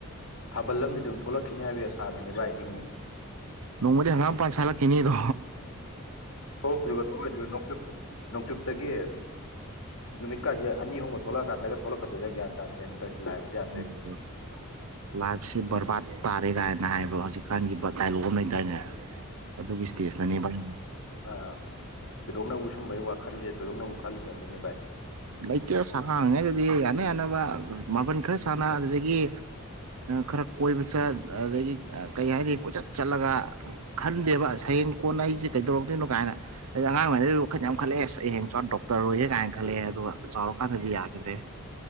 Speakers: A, on the left; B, on the right.
A: ꯊꯥꯕꯜ ꯂꯝꯗꯤ ꯑꯗꯨꯝ ꯊꯣꯛꯂꯛꯈꯤꯅꯤ ꯍꯥꯏꯕꯒꯤ ꯑꯁꯥꯗꯨꯅꯦ ꯚꯥꯏ ꯍꯤꯡꯉꯤ
B: ꯅꯣꯡꯃꯗꯤ ꯍꯪꯒꯥꯝ ꯄꯥꯟꯁꯂꯛꯀꯤꯅꯤꯗꯣ
A: ꯊꯣꯛꯇ꯭ꯔꯤꯕ ꯊꯣꯛꯂꯣꯏꯗ꯭ꯔꯤꯕ ꯅꯣꯡꯆꯨꯞ ꯅꯣꯡꯆꯨꯞꯇꯒꯤ ꯅꯨꯃꯤꯠꯀꯥꯁꯦ ꯑꯅꯤ ꯑꯍꯨꯝꯒ ꯊꯣꯛꯂꯛꯑꯀꯥꯟꯗꯒ ꯊꯣꯛꯂꯛꯀꯗꯣꯢꯔ ꯒ꯭ꯌꯥꯟ ꯇꯥ꯭ꯗꯔꯦ꯫ ꯇ ꯂꯦ
B: ꯑꯣ
A: <unintelligible>
B: ꯍ ꯂꯥꯏꯐꯁꯦ ꯕꯔꯕꯥꯠ ꯇꯥꯔꯦ ꯀꯥꯏꯅ ꯍꯥꯏꯕ ꯍꯧꯖꯤꯛꯀꯥꯟꯒꯤ ꯗꯥꯏꯂꯣꯛ ꯑꯃ ꯂꯩꯗꯏꯅꯦ ꯑꯗꯨꯒꯤ ꯏꯁꯇꯦꯖꯇꯅꯦ ꯚꯥꯏ
A: ꯑꯥ ꯊꯣꯏꯗꯣꯛꯅꯕꯨ ꯁꯨꯝꯕꯩ ꯋꯥꯈꯜꯁꯦ ꯊꯣꯏꯗꯣꯛꯅꯕꯨ ꯈꯜꯂꯨꯗꯕꯅꯤꯅꯦ ꯚꯥꯏ꯫
B: ꯂꯩꯇꯅ ꯁꯉꯥꯡꯉꯩ ꯑꯗꯨꯗꯤ ꯌꯥꯅ ꯌꯥꯅꯕ ꯃꯥꯄꯜ ꯈꯔ ꯁꯥꯟꯅ ꯑꯗꯨꯗꯒꯤ ꯈꯔ ꯀꯣꯏꯕ ꯆꯠ ꯑꯗꯒꯤ ꯀꯩ ꯍꯥꯏꯅꯤ ꯀꯣꯏꯆꯠ ꯆꯠꯂꯒ ꯈꯟꯗꯦꯕ ꯁꯌꯦꯡ ꯀꯣꯟꯅ ꯑꯩꯁꯦ ꯀꯩꯗꯧꯔꯛꯇꯣꯏꯅꯣ ꯀꯥꯏꯅ ꯑꯗꯩ ꯑꯉꯥꯡ ꯑꫭꯏꯔꯤꯉꯩꯗꯥꯗꯤ ꯋꯥꯈꯜ ꯌꯥꯝ ꯈꯜꯂꯛ ꯍꯥꯌꯡ ꯆꯥꯎꯔꯥ ꯗꯣꯛꯇꯔ ꯑꯣꯏ ꯀꯥꯏꯅ ꯈꯜꯂꯛꯑꯦ ꯑꯗꯨꯒ ꯆꯥꯎꯔꯀꯥꯟꯗꯗꯤ ꯌꯥꯈꯤꯗ꯭ꯔꯦ